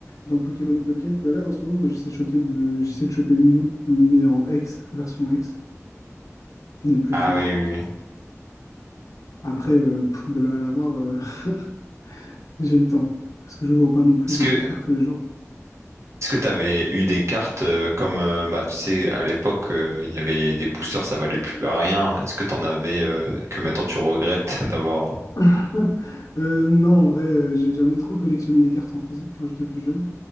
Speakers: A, on the left; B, on the right.
A: dans le Pokémon Pocket. Bah là, en ce moment, moi, j'essaie de choper de, j'essaie de choper Mew, mais en X, version X. Il est plus
B: ah
A: fort
B: oui
A: encore.
B: oui. oui.
A: Après, euh, pff, de là à l'avoir, euh, <laughs> j'ai le temps. Parce que je n'ouvre pas non plus
B: Est-ce
A: des
B: que
A: boosters tous les jours.
B: est-ce que t'avais eu des cartes euh, comme euh, bah tu sais à l'époque euh, il y avait des boosters ça valait plus rien. Est-ce que t'en avais euh, que maintenant tu regrettes <laughs> d'avoir? euh,
A: <laughs> Euh, non, en vrai, euh, j'ai jamais trop collectionné les cartes en physique quand j'étais plus jeune.